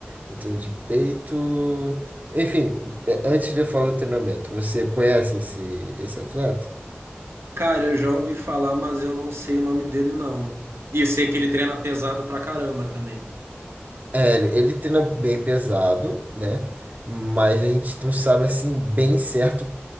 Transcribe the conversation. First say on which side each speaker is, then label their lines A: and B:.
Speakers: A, on the right; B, on the right.
A: O treino de peito. Enfim, eh, antes de eu falar do treinamento, você conhece esse, esse atleta?
B: Cara, eu já ouvi falar, mas eu não sei o nome dele, não. E eu sei que ele treina pesado pra caramba também.
A: É, ele ele treina bem pesado, né? Mas a gente não sabe assim bem certo